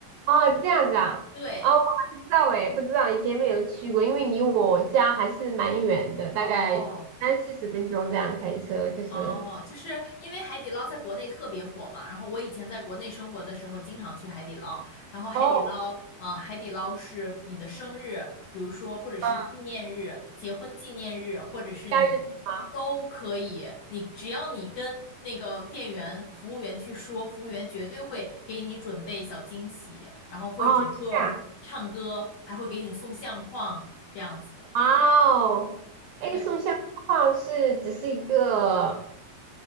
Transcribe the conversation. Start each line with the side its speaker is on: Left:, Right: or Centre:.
Right: 哦，这样子啊，
Left: 对，
Right: 哦，我还不知道哎，不知道以前没有去过，因为离我家还是蛮远的，大概三四十分钟这样开车，
Left: 哦，
Right: 就是
Left: 哦，就是因为海底捞在国内特别火嘛，然后我以前在国内生活的时候，经常去海底捞，然后海底捞，
Right: 哦，
Left: 呃，海底捞是你的生日，比如说或者是纪念日、
Right: 嗯，
Left: 结婚纪念日，或者是你都可以，
Right: 假日是吗？
Left: 你只要你跟那个店员、服务员去说，服务员绝对会给你准备小惊喜，然后会整个唱歌，
Right: 哦，这样。
Left: 还会给你送相框这样子的。
Right: 哇哦，哎，
Left: 对。
Right: 送相框是只是一个，